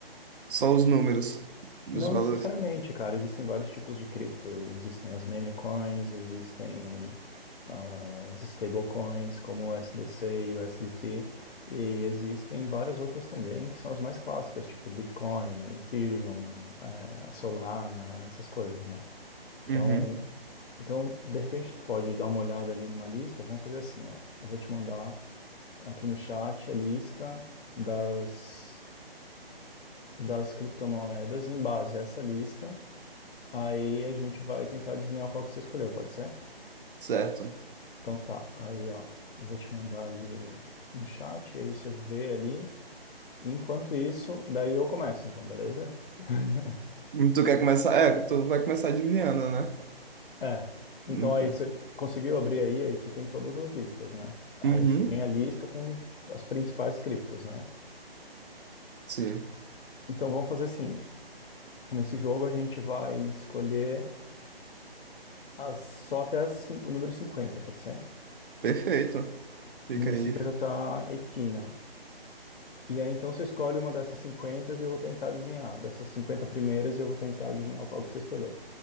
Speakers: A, on the right; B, on the left.
A: só os números dos
B: Não
A: valores?
B: necessariamente, cara, existem vários tipos de cripto. Existem as meme coins, existem ah, as stablecoins como o USDC e o USDT, e existem várias outras também que são as mais clássicas, tipo Bitcoin, Ethereum, eh, a Solana, essas coisas, né? Então,
A: Uhum,
B: então, de repente tu pode dar uma olhada ali numa lista, vamos fazer assim, ó. Eu vou te mandar aqui no chat a lista das, das criptomoedas em base a essa lista. Aí a gente vai tentar adivinhar qual que você escolheu, pode ser?
A: certo.
B: Então tá, aí ó, eu vou te mandar ali no chat, aí você vê ali. Enquanto isso, daí eu começo, então, beleza? <laughs>
A: Tu quer começar? É, tu vai começar adivinhando, né?
B: É. Então
A: Nunca.
B: aí você conseguiu abrir aí, aí você tem todas as listas, né? Aí
A: Uhum,
B: você tem a lista com as principais criptos, né?
A: sim.
B: Então vamos fazer assim. Nesse jogo a gente vai escolher As- só até as cin- o número cinquenta pode ser?
A: Perfeito. Fica
B: O número
A: aí.
B: cinquenta tá Etina. E aí, então, você escolhe uma dessas 50 e eu vou tentar adivinhar. Dessas 50 primeiras, eu vou tentar adivinhar qual que você escolheu.